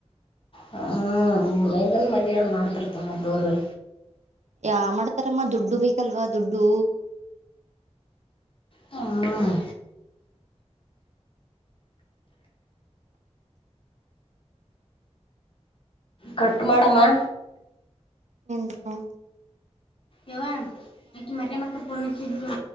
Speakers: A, on the left (about 50°); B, on the right (about 85°).
A: ಹ್ಮ ಮನ್ ಮದ ಮಾಡ್ತಿರ್ತಮ್ಮ ದೂರ
B: ಯಾ ಮಾಡ್ತಾರಮ್ಮ ದುಡ್ಡು ಬೇಕಲ್ವಾ ದುಡ್ಡು.
A: ಹ್ಮ. ಕಟ್ ಮಾಡಮ್ಮಾ.
B: ಎಂದಕ.
A: ಯವಾ ಅಕಿ ಮರಿಯಮ್ಮ ಅಕ್ಕಾ ಫೋನ್ ಹಚ್ಚಿ ದಲು.